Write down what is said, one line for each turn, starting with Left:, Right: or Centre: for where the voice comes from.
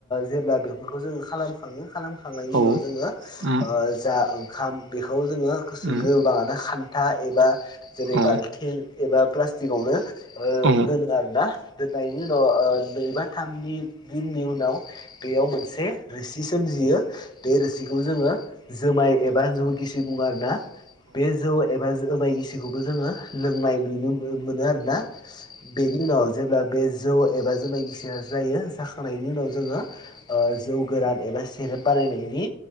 Left: जेब्ला बेफोरखौ जोङो खालाम खाङो खालाम खांनायनि
Right: औ
Left: उनाव जोङो
Right: उम
Left: ओ जा ओंखाम बेखौ जोङो गुसु
Right: उम
Left: गोबाङानो था एबा जेरै
Right: औ
Left: बाल्थिं एबा प्लास्टिकआवनो ओ
Right: औ
Left: दोनो आरोना दोननायनि उनाव ओ नैबा थामनि दिननि उनाव बेयाव मोनसे रोसि सोमजियो बे रोसिखौ जोङो जोमाय एबा जौ गिसि बुङो आरोना बे जौ एबा जोमाय गिसिखौबो जोङो लोंनाय नुनो मो मोनो आरोना बेनि उनाव जेब्ला बे जौ एबा जुमाय गिसिया जायो जाखांनायनि उनाव जोङो ओ जौ गोरान एबा सेरेप बानायनायनि